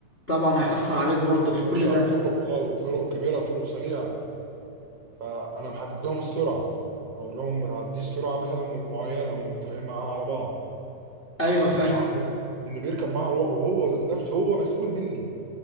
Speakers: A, on the left; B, on the right.
A: طبعا هيأثر عليك برضه
B: بيمشي
A: في كل ده
B: على طرق اه طرق كبيره طرق سريعه فانا محدد لهم السرعه اقول لهم ما تعديش سرعه مثلا معينه ومتفقين معاها على بعض
A: ايوه فاهم
B: يعني مش عارف لان بيركب معاه روح وهو ذات نفسه هو مسؤول مني